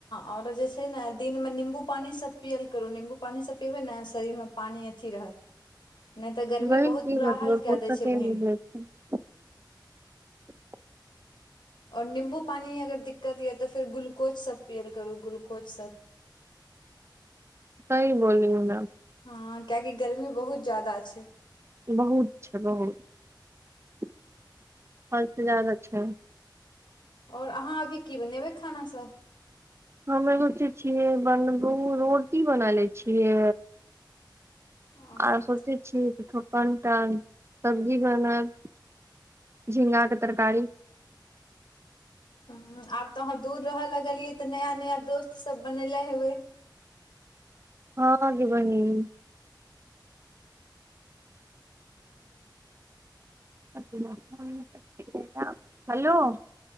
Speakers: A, on the left (about 75°); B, on the right (about 35°).
A: औरो जे छै ने दिन मे नीम्बू पानी सब पियल करु नीम्बू पानी सब पीबै ने शरीर मे तऽ पानी अथी रहत नहि तऽ गर्मी
B: बहिन
A: बहुत
B: कि
A: बुरा
B: बतेब
A: हाल कए
B: फुरसते
A: दै छै बहिन
B: नहि भेल <inaudible>
A: आओर निम्बू पानि अगर दिक्कत यऽ तऽ फेर ग्लुकोजसभ पियल करू ग्लुकोजसभ
B: सही बोलियौ नै
A: हँ कियाकि गर्मी बहुत ज्यादा छै
B: बहुत छै बहुत हद से ज्यादा छै
A: आओर अहाँ अभी की बनेबै खानासभ
B: हम एगो चीज छियै बनबू रोटी बनाए लए छियै
A: हँ
B: आर सोचै छियै कि थोकन टा सब्जी बनयब झिंगाके तरकारी
A: ह आब तऽ अहाँ दूर रहय लगलियै तऽ नया नया दोस्तसभ बननेे हेबै
B: हँ गे बहिन हेलो <unintelligible>